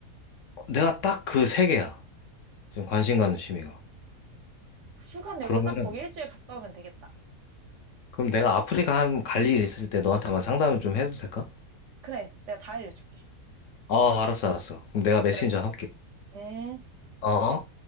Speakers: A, on the left; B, on the right.
A: 내가 딱 그 세 개야. 지금 관심 가는 취미가.
B: 어. 휴가 내고
A: 그러면은,
B: 딱 거기 일주일 갔다 오면 되겠다.
A: 그럼 내가 아프리카 한 갈 일 있을 때 너한테만 상담을 좀 해도 될까?
B: 그래, 내가 다 알려줄게.
A: 어, 알았어, 알았어. 그럼 내가
B: 어,
A: 메신저
B: 그래.
A: 할게.
B: 음.
A: 어.